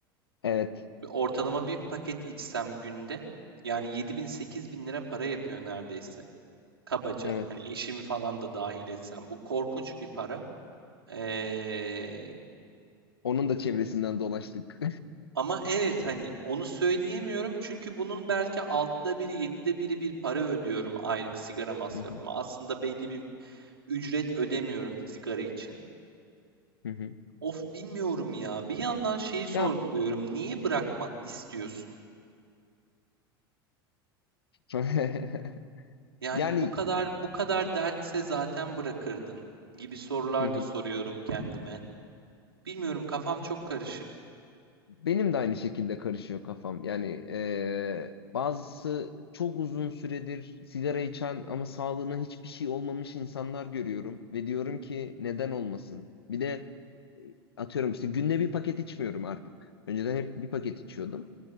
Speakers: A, on the left; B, on the right.
A: Evet,
B: Ortalama bir paket içsem günde yani 7000 bin lira para yapıyor neredeyse. Kabaca.
A: evet.
B: Hani eşimi falan da dahil etsem. Bu korkunç bir para. Ee,
A: Onun da çevresinden dolaştık.
B: ama evet
A: <laughs>
B: hani onu söyleyemiyorum çünkü bunun belki altıda biri 7'de biri bir para ödüyorum aylık sigara masrafıma.
A: Hı hı,
B: Aslında belli bir ücret ödemiyorum sigara için.
A: hı hı.
B: Of bilmiyorum ya. Bir yandan şeyi sorguluyorum.
A: Ya
B: Niye bırakmak istiyorsun?
A: <laughs>
B: Yani
A: yani
B: bu kadar bu kadar dertse zaten bırakırdın gibi sorular
A: hı hı.
B: da soruyorum kendime. Bilmiyorum kafam çok karışık.
A: Benim de aynı şekilde karışıyor kafam. Yani eee, bazısı çok uzun süredir sigara içen ama sağlığına hiçbir şey olmamış insanlar görüyorum ve diyorum ki neden olmasın? Bir de e, atıyorum işte günde bir paket içmiyorum artık. Önceden hep bir paket içiyordum.